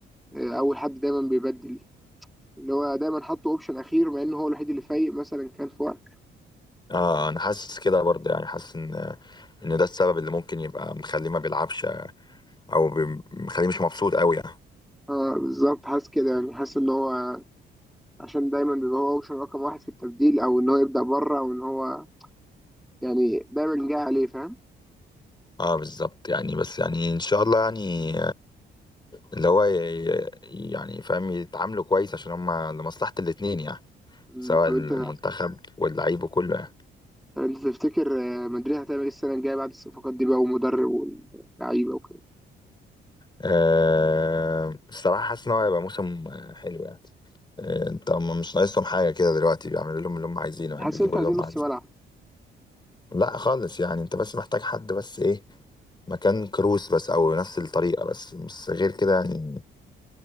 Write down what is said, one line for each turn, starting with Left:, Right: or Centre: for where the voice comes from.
Centre: آه، اول حد دايما بيبدل اللي هو دايما حاطه اوبشن اخير مع انه هو الوحيد اللي فايق مثلا كان في وقت
Left: اه انا حاسس كده برضه يعني حاسس ان ان ده السبب اللي ممكن يبقى مخليه ما بيلعبش او بي- مخليه مش مبسوط قوي يعني
Centre: اه بالظبط حاسس كده يعني حاسس ان هو عشان دايما بيبقى هو اوبشن رقم واحد في التبديل او ان هو يبدأ بره او ان هو يعني دايما جاي عليه فاهم
Left: اه بالظبط يعني بس يعني ان شاء الله يعني اللي هو ي- يعني فاهم يتعاملوا كويس عشان هما لمصلحة الاتنين يعني
Centre: مم،
Left: سواء
Centre: طب
Left: المنتخب
Centre: انت
Left: واللعيب وكله يعني
Centre: طب انت تفتكر آه، مدريد هتعمل ايه السنة الجاية بعد الصفقات دي بقى ومدرب واللعيبة وكده
Left: أه الصراحة حاسس إن هو هيبقى موسم آه، حلو يعني آه، انت هم مش ناقصهم حاجة كده دلوقتي بيعملوا لهم اللي هم عايزينه يعني
Centre: حاسس
Left: بيجيبوا
Centre: ان انتوا
Left: اللي
Centre: عايزين
Left: هم
Centre: نص
Left: عايزينه
Centre: ملعب
Left: لا خالص يعني انت بس محتاج حد بس ايه مكان كروس بس او نفس الطريقة بس بس غير كده يعني